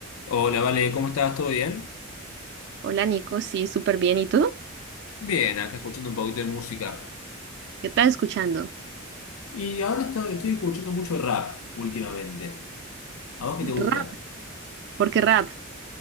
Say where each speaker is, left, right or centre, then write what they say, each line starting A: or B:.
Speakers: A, on the left; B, on the right.
A: Hola, Vale, ¿cómo estás? ¿Todo bien?
B: Hola Nico, sí, súper bien. ¿Y tú?
A: Bien, acá escuchando un poquito de música.
B: ¿Qué estás escuchando?
A: Y ahora está- estoy escuchando mucho rap últimamente. ¿A vos qué te gusta?
B: Rap. ¿Por qué rap?